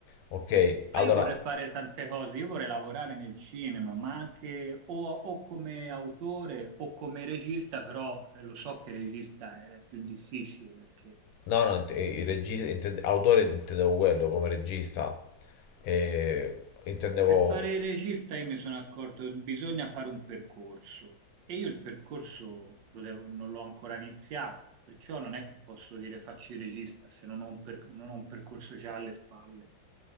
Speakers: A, on the left; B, on the right.
A: ok?
B: Ma
A: Allora,
B: io vorrei fare tante cose, io vorrei lavorare nel cinema, ma anche o, o come autore o come regista, però eh, lo so che regista è più difficile perché
A: no, no, int- eh, il regista, intende- autore intendevo quello come regista, Eh, intendevo,
B: Per fare il regista io mi sono accorto che bisogna fare un percorso e io il percorso lo devo- non l'ho ancora iniziato, perciò non è che posso dire faccio il regista se non ho un, per- non ho un percorso già alle spalle.